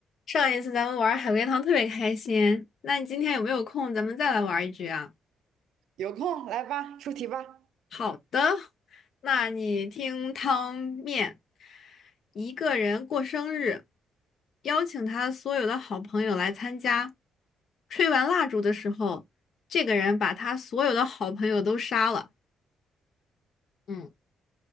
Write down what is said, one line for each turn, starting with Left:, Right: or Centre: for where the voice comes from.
Left: 上一次咱们玩海龟汤特别开心，那你今天有没有空？咱们再来玩一局啊？
Right: 有空来吧，出题吧。
Left: 好的，那你听汤面，一个人过生日，邀请他所有的好朋友来参加。吹完蜡烛的时候，这个人把他所有的好朋友都杀了。嗯，